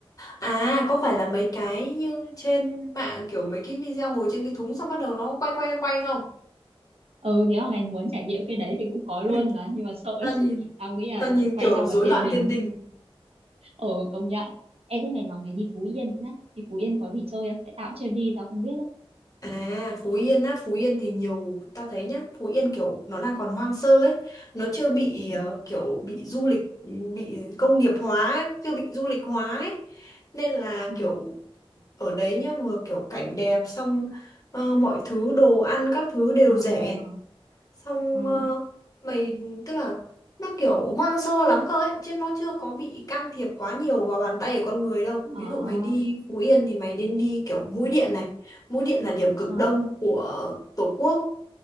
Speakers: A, on the left (about 35°); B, on the right (about 80°).
A: à có phải là mấy cái như trên mạng kiểu mấy cái video ngồi trên cái thúng xong bắt đầu nó quay quay quay không?
B: ừ nếu mà mày muốn trải nghiệm cái đấy thì cũng có luôn
A: Ui,
B: mà nhưng mà sợ lắm
A: tao nhìn
B: tao nghĩ là
A: tao nhìn
B: quay
A: kiểu
B: xong
A: rối
B: là tiền
A: loạn
B: đình
A: tiền đình.
B: Ờ công nhận. Ê thế này mà mày đi Phú Yên đấy, đi Phú Yên có gì chơi không? Tại tao cũng chưa đi, tao không biết đấy.
A: À, Phú Yên á, Phú Yên thì nhiều ta thấy nhá, Phú Yên kiểu nó đang còn hoang sơ ấy, nó chưa bị
B: Ừ.
A: ờ, kiểu bị du lịch bị công nghiệp hóa, ấy, chưa bị du lịch hóa ấy. Nên là
B: Ờ
A: kiểu ở đấy nhá vừa kiểu cảnh đẹp xong ờ, mọi thứ đồ ăn các thứ đều
B: ờ
A: rẻ xong
B: ờ
A: ờ, mày tức là nó kiểu hoang sơ lắm cơ ấy chứ nó chưa có bị can thiệp quá nhiều vào bàn tay của con người đâu ví
B: ờ
A: dụ mày đi Phú Yên thì mày nên đi kiểu mũi Điện này mũi Điện là điểm cực
B: ờ
A: đông của Tổ quốc